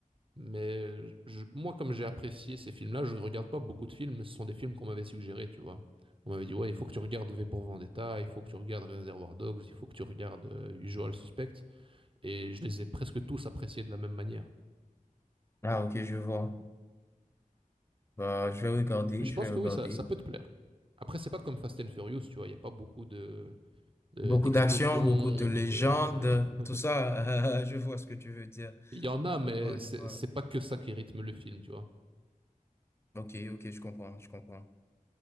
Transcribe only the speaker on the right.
Mais je- moi, comme j'ai apprécié ces films-là, je ne regarde pas beaucoup de films. Ce sont des films qu'on m'avait suggérés, tu vois. On m'avait dit, ouais, il faut que tu regardes V pour Vendetta, il faut que tu regardes Reservoir Dogs, il faut que tu regardes euh, Usual Suspect. Et je les ai presque tous appréciés de la même manière.
Mais je
pense
que oui, ça, ça peut te plaire. Après, c'est pas comme Fast and Furious, tu vois. Il n'y a pas beaucoup de, de-
d'explosions
ou de... <laughs>
Il y en a, mais
c'est
c'est pas que ça qui rythme le film, tu vois.